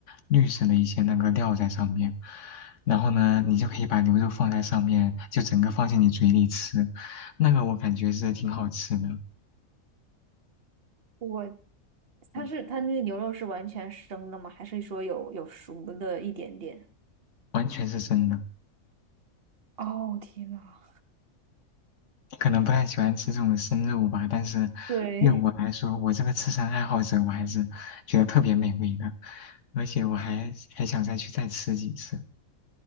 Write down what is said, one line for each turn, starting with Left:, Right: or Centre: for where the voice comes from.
Left: 绿色的一些那个料在上面，然后呢，你就可以把牛肉放在上面，就整个放进你嘴里吃，那个我感觉是挺好吃的，
Right: 我，
Left: 嗯
Right: 它是它那个牛肉是完全生的吗？还是说有有熟的一点点？
Left: 完全是真的。
Right: 哦，天呐，
Left: 可能不太喜欢吃这种生肉吧，但是对我来说，
Right: 对，
Left: 我这个吃神爱好者，我还是觉得特别美味的，而且我还还想再去再吃几次，